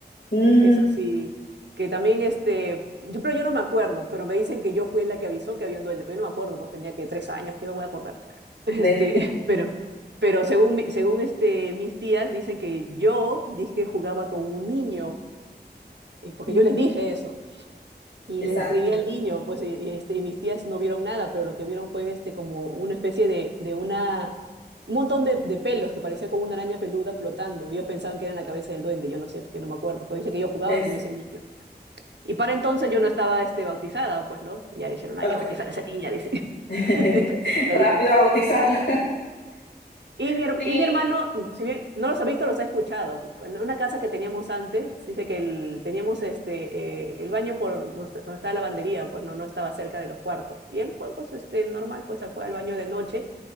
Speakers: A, on the left; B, on the right.
A: Mm,
B: Eso sí, que también este, yo, pero yo no me acuerdo, pero me dicen que yo fui la que avisó que había un duende, pero yo no me acuerdo, pues tenía que tres años, ¿qué me voy a acordar? <laughs> Este,
A: de,
B: pero, pero según, mi- según este, mis tías dicen que yo dije jugaba con un niño, eh, porque
A: Mm,
B: yo les dije eso, y
A: exacto.
B: le describí al niño, pues y- y, este, y mis tías no vieron nada, pero lo que vieron fue este, como una especie de, de una, un montón de, de pelos que parecía como una araña peluda flotando, y ellos pensaban que era la cabeza del duende, yo no sé, porque no me acuerdo, pero dice que yo jugaba
A: Es,
B: con ese niño. Y para entonces yo no estaba este, bautizada, pues no. Ya dijeron, hay
A: ok.
B: que bautizar a esa niña, dice. <laughs>
A: <laughs>
B: Entonces, se la
A: Rápido
B: llevan.
A: a bautizarla.
B: Y
A: <laughs>
B: mi, her-
A: Sí.
B: y mi hermano, si bien no los ha visto, los ha escuchado. porque En una casa que teníamos antes, dice que el, teníamos este, eh, el baño por nuestra- donde estaba la lavandería, pues no, no estaba cerca de los cuartos. Y él fue, pues, este, normal, pues se fue al baño de noche,